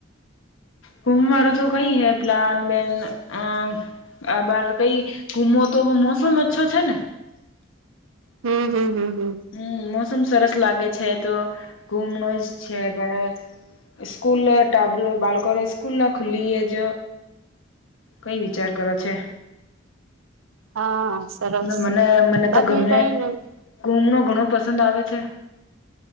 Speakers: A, on the left; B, on the right.
A: હુમ મારો તો કઈ હૈ, પ્લાન બેન અ આ બાર કઈ ઘુમો, તો મોસમ અચ્છો છેને
B: હમ હમ હમ
A: હમ મોસમ સરસ લાગે છે તો ઘુમણ જ છે પણ સ્કૂલ ટબ બાળકો સ્કૂલ ના ખુલી એજ કઈ વિચાર કરો છે
B: હા સરસ
A: મને મને તો
B: બાકી
A: ગમે
B: કઈ નઈ
A: કુમ નો ઘણો પસંદ આવે છે